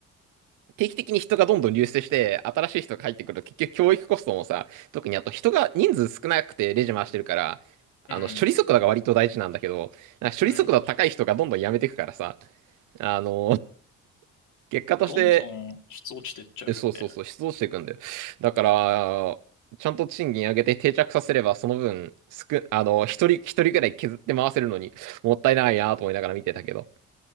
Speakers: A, on the right; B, on the left.
A: 定期的に人がどんどん流出して、新しい人が入ってくると結局教育コストもさ、特にあと人が人数少なくてレジ回してるから、
B: うん、
A: あの、処理速度が割と大事なんだけど、なんか処理速度高い人がどんどん辞めてくからさ、
B: うん。
A: あの、結果として、
B: どんどん質落ちてっちゃうよね。
A: えそうそうそう、失踪していくんだよ。だから、ちゃんと賃金上げて定着させれば、その分、すく、あの、一人、一人くらい削って回せるのに、もったいないなと思いながら見てたけど。